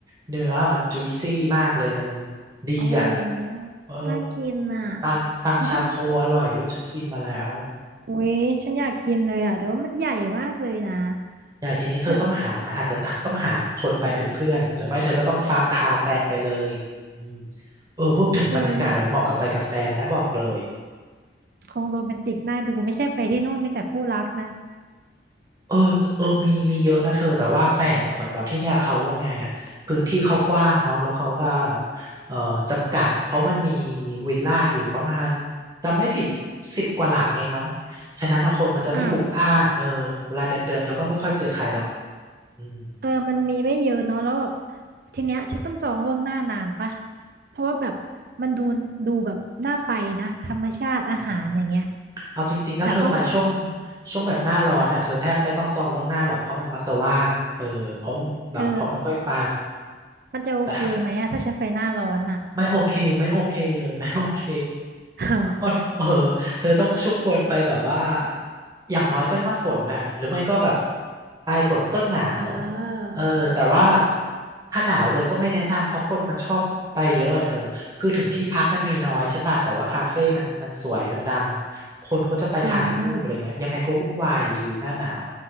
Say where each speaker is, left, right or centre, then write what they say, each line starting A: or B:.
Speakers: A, on the right (about 20°); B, on the right (about 50°).
A: เนื้อมันจุยซี่มากเลยมันดีอ่ะ
B: อ๋อ
A: เออ
B: น่ากินอ่ะ
A: ตังตังชาโคอร่อยด้วยฉันกินมาแล้ว
B: อันฉันอุ๊ยฉันอยากกินเลยอ่ะแต่ว่ามันใหญ่มากเลยนะ
A: ใหญ่ทีนี้เธอต้องหาอาจจะตักต้องหาคนไปเป็นเพื่อนหรือไม่เธอก็ต้องฟ้าพาแฟนไปเลยอืม
B: แบบ
A: เออพูดถึงบรรยากาศมันเหมาะกับไปกับแฟนนะบอกเลย
B: เออคงโรแมนติกน่าดูไม่ใช่ไปที่นู่นมีแต่คู่รักนะ
A: เออเออมีมีเยอะนะเธอแต่ว่าแปลกเหมือนแบบที่เนี่ยเขาว่าไงอ่ะพื้นที่เขากว้างเนาะแล้วเขาก็เอ่อจำกัดเพราะมันมีวิลล่าอยู่ประมาณจำไม่ผิดสิบกว่าหลังเองมั้งฉะนั้นอะคนมันจะไม่พลุกพล่านเออเวลาเดินเดินเธอก็ไม่ค่อยเจอใครหรอก
B: อ้าว
A: อืม
B: เออมันมีไม่เยอะเนาะแล้วแบบทีเนี้ยฉันต้องจองล่วงหน้านานปะเพราะว่าแบบมันดูดูแบบน่าไปนะธรรมชาติอาหารอย่างเงี้ย
A: อืมเอาจริงๆถ้าเธอไปช่วง
B: แต่ห้อง
A: ช่วงแบบหน้าร้อนอ่ะเธอแทบไม่ต้องจองล่วงหน้าหรอกเพราะมันมักจะว่างเออเพราะแบบเขาไม่ค่อยไป
B: เธอมันจะโอเคไหมอะถ้าฉันไปหน้าร้อนอ่ะ
A: แต่ถ้า ไม่โอเคไม่โอเคเลย <laughs> ไม่โอเค
B: อ้าว
A: หมดเออเธอต้องชุกควนไปแบบว่าอย่างน้อยก็หน้าฝนน่ะหรือไม่ก็แบบปลายฝนต้นหนาว
B: อ้า
A: เออแต่ว่า
B: ว
A: ถ้าหนาวเลยก็ไม่แนะนำเพราะคนมันชอบไปเยอะอะเธอคือถึงที่พักมันมีน้อยใช่ป่ะแต่ว่าคาเฟ่มันมันสวยมันดังคนก็จะไปถ่ายรูปอะไรเงี้ยยังไงก็วุ่นวายอยู่ดีหน้าหนาว
B: อืม